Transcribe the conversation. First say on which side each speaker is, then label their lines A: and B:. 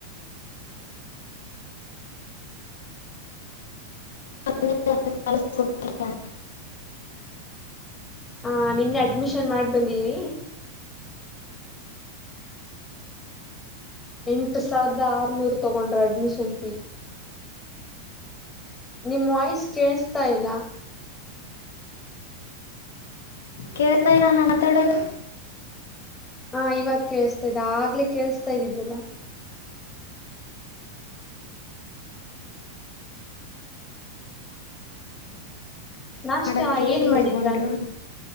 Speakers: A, on the left; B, on the left.
A: <unintelligible> ನೀವು ಇವತ್ತ ಕಾಲೇಜಿಗ ಹೋಗತ್ತಿರಾ.
B: ಹಾ ನಿನ್ನೆ ಅಡ್ಮಿಷನ್ ಮಾಡಿ ಬಂದೀನಿ. ಎಂಟು ಸಾವಿರದ ಆರುನೂರು ತೊಗೊಂಡ್ರ ಅಡ್ಮಿಷನ್ ಫೀ. ನಿಮ್ ವಾಯ್ಸ್ ಕೇಳಸ್ತಾ ಇಲ್ಲ.
A: ಕೇಳ್ತಾ ಇಲ್ಲ ನಾನು ಮಾತಾಡೋದು.
B: ಹಾ ಇವಾಗ ಕೇಳಿಸ್ತಾ ಇದೆ ಆಗ್ಲೇ ಕೇಳಸ್ತಾ ಇದಿದ್ದಿಲ್ಲ. ನಾಷ್ಟ
A: ಮಾಡೋಕ್ಕೆ
B: ಏನ್
A: ಫೀಸ್
B: ಮಾಡಿದ್ರಾ
A: ತಗೊಂಡ್ರು
B: ನೀವು